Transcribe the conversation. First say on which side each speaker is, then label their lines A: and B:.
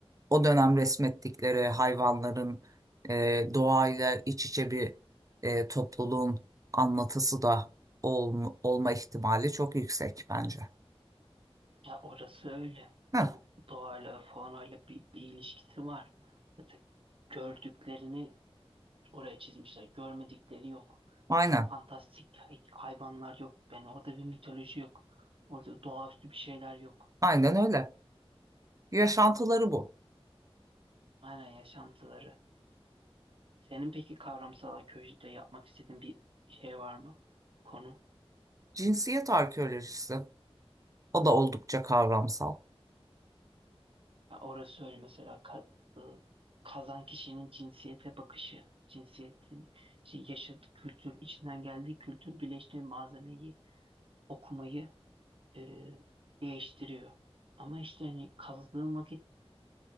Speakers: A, on the right; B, on the right.
A: o dönem resmettikleri hayvanların e, doğayla iç içe bir e, topluluğun anlatısı da ol- olma ihtimali çok yüksek bence.
B: Ya orası öyle.
A: Heh,
B: O doğayla falan öyle bir, bir ilişkisi var. Zaten gördüklerini oraya çizmişler. Görmedikleri yok.
A: aynen,
B: İşte fantastik hay- hayvanlar yok. Yani orada bir mitoloji yok. Orada doğaüstü bir şeyler yok.
A: aynen öyle. Yaşantıları bu.
B: Aynen yaşantıları. Senin peki kavramsal arkeolojide yapmak istediğin bir şey var mı? Konu.
A: Cinsiyet arkeolojisi. O da oldukça kavramsal.
B: Ya orası öyle mesela ka- ı, kazan kişinin cinsiyete bakışı, cinsiyeti, şey, yaşadığı kültür, içinden geldiği kültür birleştiği malzemeyi okumayı e, değiştiriyor. Ama işte hani kazdığın vakit